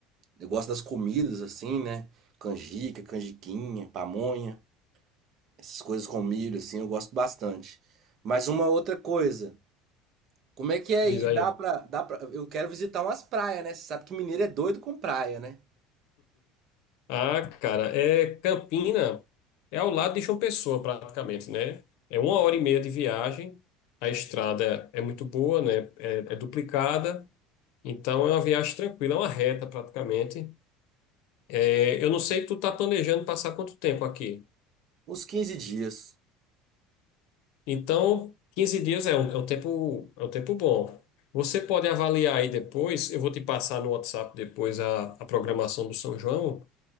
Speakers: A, on the right (about 45°); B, on the left (about 70°).
A: Eu gosto das comidas, assim, né? Canjica, canjiquinha, pamonha, essas coisas com milho, assim, eu gosto bastante. Mas uma outra coisa, como é que é
B: Diz
A: aí?
B: aí.
A: Dá pra, dá pra... Eu quero visitar umas praias, né? Você sabe que mineiro é doido com praia, né?
B: Ah, cara, é Campina, é ao lado de João Pessoa, praticamente, né? É uma hora e meia de viagem. A estrada é, é muito boa, né? É, é duplicada. Então é uma viagem tranquila, é uma reta praticamente. É, eu não sei, tu tá planejando passar quanto tempo aqui?
A: Uns 15 dias.
B: Então, 15 dias é um, é um tempo, é um tempo bom. Você pode avaliar aí depois, eu vou te passar no WhatsApp depois a, a programação do São João,